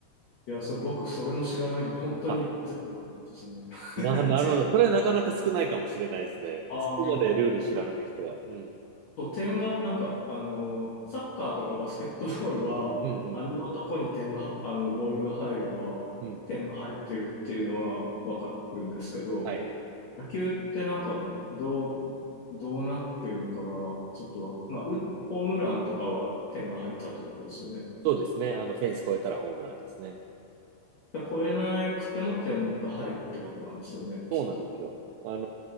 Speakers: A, on the left; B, on the right.
A: いや、それ僕それも知らないんで、本当にゼロなんですよね。
B: あ、な、
A: <laughs>
B: なるほど。それはなかなか少ないかもしれないですね。
A: あ
B: そこまでルール知らない人は。
A: あ。
B: うん。
A: そう、点が、なんか、あの、サッカーとかバスケットボールは、
B: うん
A: 網のとこに点が、あの、ボールが入れば、
B: うん。うん。
A: 点が入ってるっていうのはわかるんですけど、
B: はい。
A: 野球ってなんか、どう、どうなってるのかが、ちょっとわ、まあ、うホームランとかは点が入ったってことですよね。
B: そうですね。あの、フェンス越えたらホームランですね。
A: だから超えなくても点が入るってことなんですよね、
B: そうなんですよ。
A: きっと。
B: あの